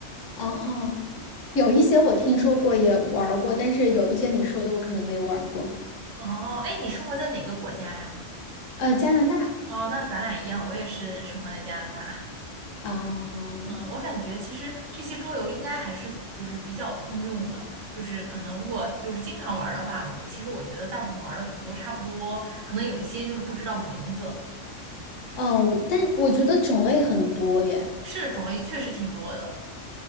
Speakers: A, on the left; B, on the right.
A: 啊哦，有一些我听说过也玩儿过，但是有一些你说的我可能没玩儿过。
B: 哦，哎，你生活在哪个国家呀？
A: 呃，加拿大
B: 哦，那咱俩一样，我也是生活在加拿大。
A: 啊，
B: 嗯，我感觉其实这些桌游应该还是就是比较通用的，就是可能如果就是经常玩儿的话，我其实我觉得大部分玩儿的可能都差不多，可能有一些就是不知道名字，
A: 哦，但我觉得种类很多耶。
B: 是种类确实挺多的，